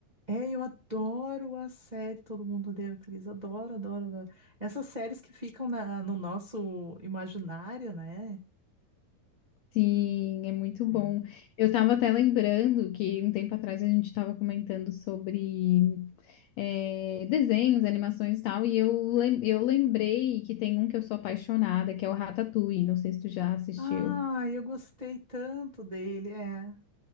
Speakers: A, on the right (about 50°); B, on the left (about 80°).
A: É, eu adoro a série Todo Mundo Odeia o Chris adoro, adoro, adoro. Essas séries que ficam na- no nosso imaginário, né?
B: Sim, é muito bom.
A: É.
B: Eu estava até lembrando que um tempo atrás a gente estava comentando sobre é, desenhos, animações e tal, e eu, lem- eu lembrei que tem um que eu sou apaixonada, que é o Ratatouille. Não sei se tu já assistiu.
A: Ah, eu gostei tanto dele. É,